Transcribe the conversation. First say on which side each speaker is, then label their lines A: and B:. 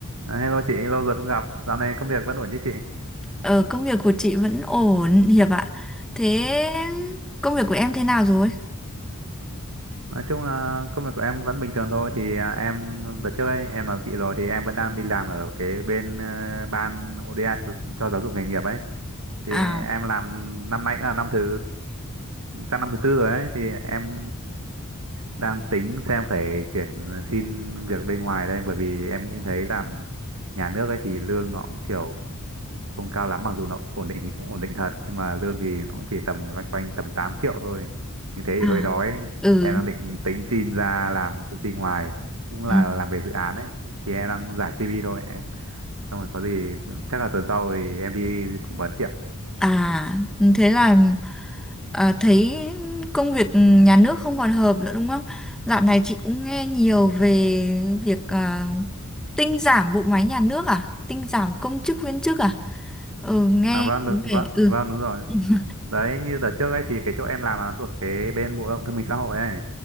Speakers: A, on the right; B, in the centre.
A: À, Hello chị, lâu rồi không gặp. Dạo này công việc vẫn ổn chứ chị?
B: Ờ, công việc của chị vẫn ổn, Hiệp ạ. Thế công việc của em thế nào rồi?
A: Nói chung là công việc của em vẫn bình thường thôi. Thì à, em đợt trước ấy, em nói với chị rồi thì em vẫn đang đi làm ở cái bên ờ, ban ODA cho, cho giáo dục nghề nghiệp ấy. Thì
B: À,
A: em làm năm nay cũng là năm thứ sang năm thứ tư rồi ấy. Thì em đang tính xem phải chuyển xin việc bên ngoài đây bởi vì em nghĩ thấy làm nhà nước ấy thì lương nó cũng kiểu không cao lắm mặc dù nó ổn định thì cũng ổn định thật nhưng mà lương thì nó cũng chỉ tầm loanh quanh tầm 8 triệu thôi như thế thì
B: à,
A: hơi đói
B: ừ,
A: em đang định tính xin ra làm công ty ngoài cũng là
B: ừ.
A: làm về dự án ấy thì em đang giải CV thôi em xong rồi có gì chắc là tuần sau thì em đi phỏng vấn chị ạ
B: À, thế là à, thấy công việc nhà nước không còn hợp nữa đúng không? Dạo này chị cũng nghe nhiều về việc à, tinh giảm bộ máy nhà nước à? Tinh giảm công chức viên chức à? Ừ, nghe
A: à, vâng đúng-
B: có
A: vâng
B: vẻ... Ừ.
A: vâng đúng rồi
B: <laughs>
A: đấy như đợt trước ấy thì cái chỗ em làm là thuộc cái bên bộ lao động thương binh xã hội ấy